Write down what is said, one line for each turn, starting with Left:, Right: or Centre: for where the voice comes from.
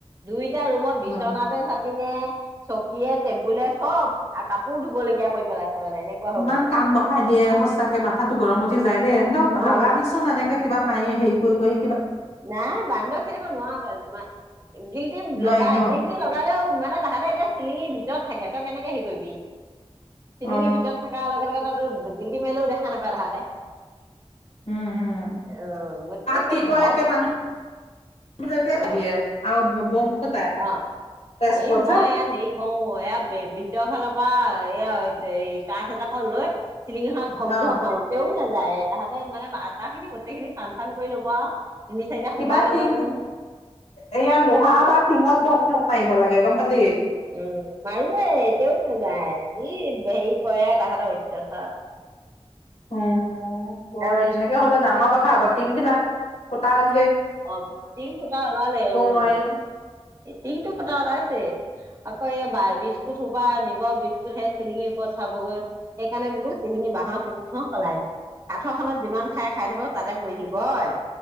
Right: দুই এতিয়া ৰুমত বিচনাতে
Left: বাৰু
Right: চাবিনে চকীয়েত টেবুলে চব আৰু কাপোৰ ধুব লগীয়া কৰি পেলাইছে। মানে এনেকুৱা হৈ
Left: ইমান
Right: গৈছে
Left: কাম বঢ়াই দিয়ে সঁচাকে মাথাতো গৰম উঠি যায়। দে ন
Right: অ
Left: ভাগাবিচোন এনেকে কিবা মায়ি হে কৈ- কৈ
Right: নাই বান্দৰ খেদিব নোৱাৰ তো যিমান গিলটি
Left: নোৱাৰি
Right: লগাই
Left: ন
Right: গিল্টি লগালেও মানে তাহাঁতে এতিয়া চিলিঙিৰ ভিতৰত থাকে। তই কেনেকে হেৰি কৰিবি। চিলিঙিৰ
Left: অ
Right: ভিতৰত থকা অ লগে- লগে ত গিলটি মাৰিলেও দেখা নাপায় তাহাঁতে।
Left: উম হম
Right: অ গোটেই
Left: তাত
Right: একে
Left: কি কয়
Right: ধপ
Left: মানুহ বিলাকে
Right: অ',
Left: দিয়ে আৰু বম ফুটাই
Right: অ,
Left: তেজপুৰত
Right: এই মই
Left: যে
Right: ইয়াত হেৰি কৰো। এয়া ভিতৰৰ ফালৰ এ এই কাছ এডখ লৈ। চিলিং খনত ধম
Left: অ
Right: ধম মাৰো তেও না। যাই তাহাঁতে মানে আটা খিনি গোটেই খিনি চান চান কৰি ল'ব আৰু। তিনি চাৰিটা
Left: কিবা
Right: সোমাই ল'ব
Left: টিং
Right: একদম
Left: এয়া লোহা বা টিঙত ধম। ধম মাৰিব লাগে গম পালি।
Right: উম মাৰোয়ে তেও নযায় যি সেৰি। কয় আও তাহাতক অত্যাচাৰ।
Left: অঁ। বৰ
Right: বিস্কুট
Left: এ তেনেকে হ'লে ডাঙৰ
Right: বি
Left: কথা হ'ব টিং বিলাক। সোতাল।
Right: অ, টিং ফুটা ওলালে উম
Left: নোৱাৰি
Right: টিং টো ফুটা ওলাইছে। হয় এই বিস্কুট সোপা নিব বিস্কুট সেই চিলিঙিৰ ওপৰত থবগৈ, সেইকাৰণে বুলো চিলিঙি বাঁহৰ চিলিঙি সলাই দিম কাঠৰখনত যিমান খাই খাই থাকো তাতে পৰি থাকিব হয়।